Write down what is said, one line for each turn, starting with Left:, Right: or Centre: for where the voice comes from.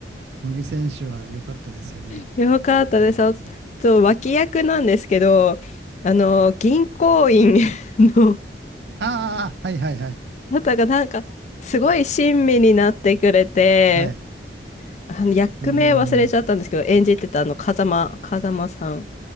Right: 茂木選手は良かったですよね。
Left: <laughs> よかったです。
Right: うん
Left: あと、脇役なんですけど、あの、銀行員の
Right: ああ、はいはいはい。
Left: <laughs> 方がなんか、すごい親身になってくれて、
Right: はい。
Left: あの役名忘れちゃったんですけど、
Right: うーん。
Left: 演じてたあの、風間、風間さん